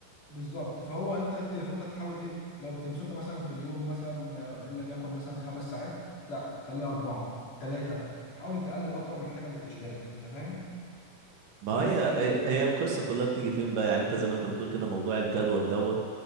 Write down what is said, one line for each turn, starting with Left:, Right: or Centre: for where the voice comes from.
Left: بالظبط فهو انت التليفون ده تحاول ايه لو بتمسكه مثلا في اليوم مثلا آه، ان لم يكن مثلا خمس ساعات لا خليه اربعه ثلاثه حاول تقلل اكتر من الحاجه اللي بتشغلك انت فاهم
Right: ما
Left: بس
Right: هي
Left: يعني
Right: هي هي القصة كلها بتيجي فين بقى يعني انت زي ما انت بتقول كده موضوع الجدول دوت